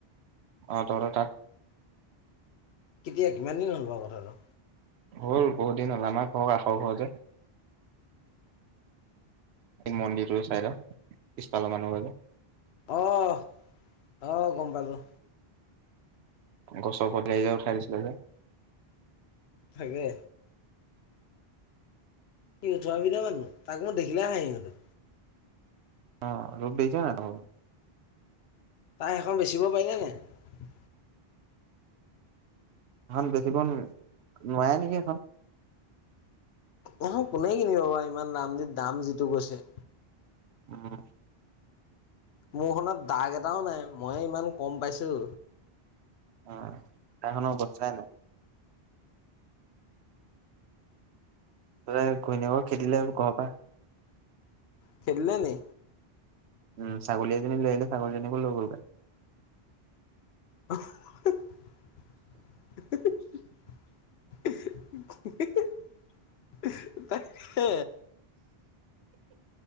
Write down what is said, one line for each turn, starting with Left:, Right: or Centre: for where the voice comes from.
Right: অ তহঁতৰ তাত
Left: কেতিয়া কিমান দিন হ'ল বাৰু কথাটো
Right: হ'ল বহুত দিন হ'ল আমাক ঘৰ কাষৰ ঘৰ যে। এই মন্দিৰটোৰ চাইডৰ পিছফালৰ মানুহঘৰ যে।
Left: অহ অহ গম পালোঁ।
Right: গছৰ ওপৰত যে উঠাই দিছিলে যে।
Left: থাকে। সি উঠোৱা বিধৰ মানুহ তাক মই দেখিলে হাহি উঠে।
Right: অ ৰবি যা এটাও।
Left: তাই সেখন বেচিব পাৰিলে নাই?
Right: সেইখন বেছিব নোৱাৰে নেকি সেইখন?
Left: অ মোক কোনে কিনিব বাৰু ইমান দাম দি দাম যিটো কৈছে।
Right: উম।
Left: মোৰখনত দাগ এটাও নাই মই ইমান কম পাইছোঁ।
Right: অ সেখন অৱস্থা নাই। তাতে ঘৈণীয়েকক খেদিলে ঘৰৰ পা।
Left: খেদিলে নি?
Right: উম ছাগলী এজনী লৈ আহিলে ছাগলীজনীকো লৈ গ'লগে
Left: <unintelligible> <unintelligible> তাকে।